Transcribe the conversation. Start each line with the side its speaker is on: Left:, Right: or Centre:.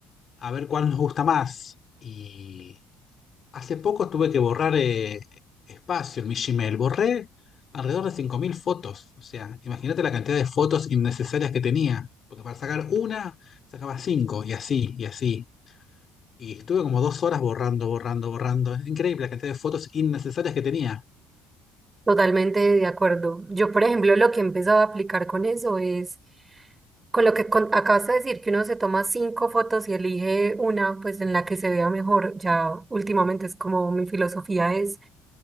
Left: a ver cuál nos gusta más. Y Hace poco tuve que borrar eh, espacio en mi Gmail. Borré alrededor de 5.000 fotos. O sea, imagínate la cantidad de fotos innecesarias que tenía. Porque para sacar una, sacaba cinco, y así, y así. Y estuve como dos horas borrando, borrando, borrando. Es increíble la cantidad de fotos innecesarias que tenía.
Right: Totalmente de acuerdo. Yo, por ejemplo, lo que he empezado a aplicar con eso es, con lo que con- acabas de decir, que uno se toma cinco fotos y elige una, pues en la que se vea mejor. Ya últimamente es como mi filosofía es